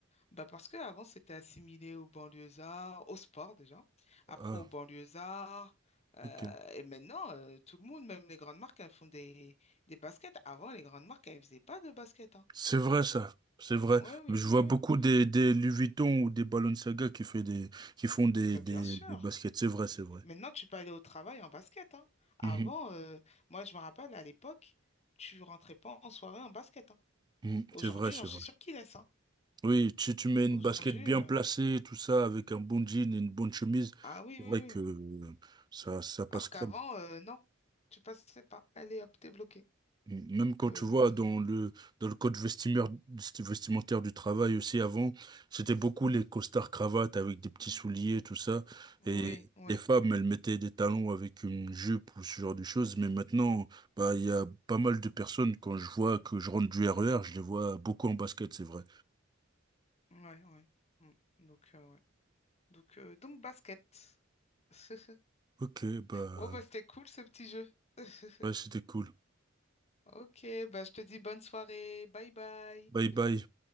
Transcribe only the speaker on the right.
Ah,
ok.
C'est vrai ça, c'est vrai.
Je
vois beaucoup
des, des Louis Vuitton ou des Balenciaga qui fait des, qui font des,
des,
des baskets. C'est vrai, c'est vrai.
<laughs>
Mhm,
mhm.
C'est vrai, c'est
vrai.
Oui, si tu mets une
basket bien
placée, tout ça, avec un bon jean et une bonne chemise,
c'est
vrai
que ça, ça passe
crème.
Même
quand
tu vois dans le, dans le code vestimeur- vestimentaire du travail aussi avant, c'était beaucoup les costards cravates avec des petits souliers, tout ça.
Mhm. Et
les femmes, elles mettaient des talons avec une jupe ou ce genre de choses. Mais maintenant, bah, il y a pas mal de personnes, quand je vois que je rentre du RER, je les vois beaucoup en basket, c'est vrai.
Ok, bah,
ouais, c'était cool.
Bye
bye.